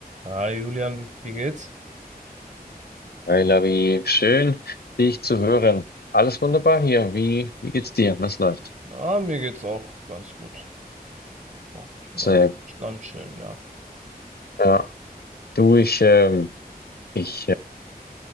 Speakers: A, on the right; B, on the left.
A: Hi Julian, wie geht's?
B: Hi Labi, schön, dich zu hören. Alles wunderbar hier. Wie, wie geht's dir? Was läuft?
A: Ah, mir geht's auch ganz gut. Auch ähm,
B: Sehr gut.
A: am Chillen, ja.
B: Ja. Du, ich, ähm, ich äh,